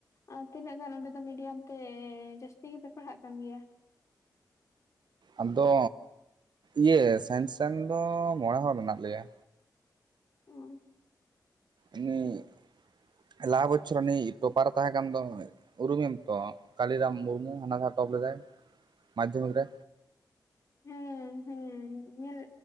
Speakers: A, on the left; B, on the right.
A: ᱟᱨ ᱛᱤᱱᱟᱹᱜ ᱜᱟᱱ ᱚᱸᱰᱮ ᱫᱚ ᱢᱤᱰᱤᱭᱟᱢ ᱛᱮ ᱡᱟᱹᱥᱛᱤ ᱜᱮᱯᱮ ᱯᱟᱲᱦᱟᱜ ᱠᱟᱱ ᱜᱮᱭᱟ
B: ᱟᱫᱚ ᱤᱭᱟᱹ ᱥᱮᱱ ᱥᱮᱱ ᱫᱚ ᱢᱚᱬᱮ ᱦᱚᱲ ᱢᱮᱱᱟᱜ ᱞᱮᱭᱟ᱾
A: ᱦᱩ
B: ᱦᱩ ᱞᱟᱦᱟ ᱵᱚᱪᱷᱚᱨ ᱩᱱᱤ ᱯᱨᱚᱯᱟᱨ ᱮ ᱛᱟᱦᱮ ᱠᱟᱱ ᱫᱚ ᱩᱨᱩᱢᱮᱭᱟᱢ ᱛᱚ ᱠᱟᱞᱤᱨᱟᱢ ᱢᱩᱨᱢᱩ ᱦᱟᱱᱟ ᱴᱚᱯ ᱞᱮᱫᱟᱭ ᱢᱟᱫᱽᱫᱷᱚᱢᱤᱠ ᱨᱮ
A: ᱦᱩ ᱦᱩ ᱧᱮᱞ